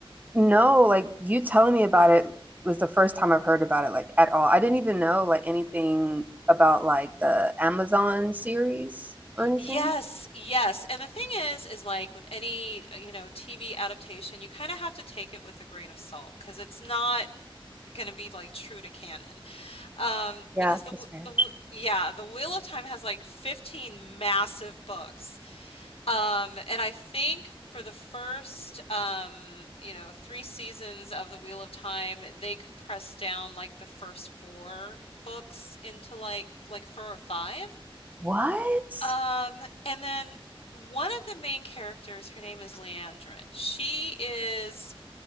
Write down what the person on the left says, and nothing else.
Yes, yes. And the thing is, is like with any, uh, you know, TV adaptation, you kind of have to take it with a grain of salt because it's not going to be like true to canon. Um,
because the
w-
the w- yeah, the Wheel of Time has like 15 massive books. Um, and I think for the first, um, you know, three seasons of The Wheel of Time, they compressed down like the first four books into like like four or five.
Um, and then one of the main characters, her name is Leandrin. She is